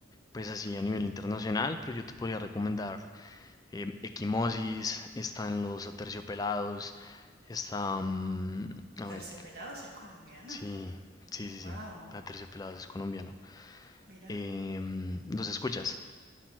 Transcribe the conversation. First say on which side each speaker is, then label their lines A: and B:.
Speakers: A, on the left; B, on the right.
A: pues así a nivel internacional, pero yo te podría recomendar em, Equimosis, están los Aterciopelados, está... mm, a
B: Terciopelados
A: ver,
B: es colombiano.
A: sí, sí, sí,
B: Wow.
A: sí, Aterciopelados es colombiano.
B: Mira.
A: Em, ¿los escuchas?